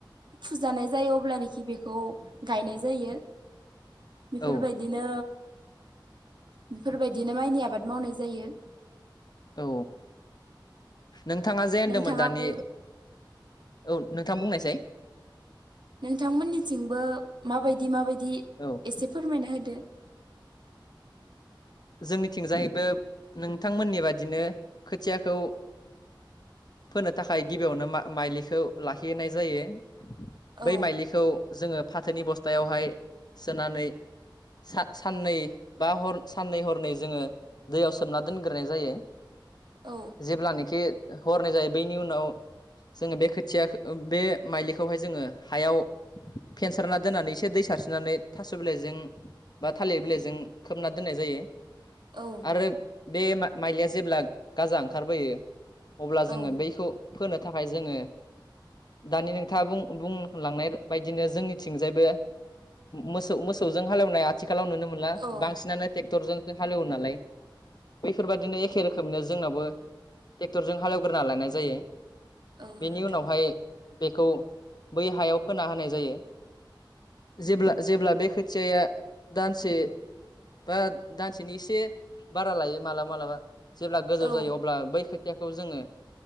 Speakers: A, on the right (about 65°); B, on the left (about 55°).
A: फुजानाय जायो। अब्लानोखि बेखौ गायनाय जायो बेफोरबायदिनो
B: औ
A: बेफोरबायदिनो माइनि आबाद मावनाय जायो।
B: औ नोंथाङा जे होनदोंमोन
A: नोंथाङाबो
B: दानि औ नों <unintelligible> बुंनायसाय।
A: नोंथांमोननिथिंबो माबायदि- माबायदि
B: औ
A: एसे फोरमायना <unintelligible> <unintelligible>
B: जोंनिथिंजायबो नोंथांमोननि बादिनो खोथियाखौ फोनो थाखाय गिबियावनो मा-माइलिखौ लाखिनाय जायो। बै
A: औ
B: माइलिखौ जोङो फाथोनि बस्थायावहाय सोनानै सा-साननै बा हर साननै हरनै जोङो दैयाव सोमना दोनग्रोनाय जायो।
A: औ
B: जेब्लानोखि हरनै जायो बैनि उनाव जोङो बे खोथिया बे माइलिखौहाय जोङो हायाव फेनसारना दोननानै एसे दै <unintelligible> सारस्रिनानै थास' बिलाइजों बा थालिर बिलाइजों खोबना दोननाय जायो।
A: औ
B: आरो बे मा-माइलिया जेब्ला गाजा ओंखारबोयो अब्ला जोङो
A: औ
B: बैखौ फोनो थाखाय जोङो दानि नोंथाङा बुं-बुंलांनाय बायदिनो जोंनिथिंजायबो मोसौ-मोसौजों हालेवनाय आथिखालाव नुनो मोनला
A: औ
B: बांसिनानो टेक्टरजों हालोवो नालाय बैफोरबायदिनो एखे रोखोमनो जोंनावबो टेक्टरजों हालेवग्रोना लानाय जायो।
A: औ
B: बेनि
A: नोंथां
B: उनावहाय बेखौ बै हायाव फोना होनाय जायो। जेब्ला-जेब्ला बे खोथियाया दानसे बा दानसेनि एसे बारा लायो मालाबा -मालाबा जेब्ला गोजौ
A: औ
B: जायो अब्ला बै <unintelligible> <unintelligible> जोङो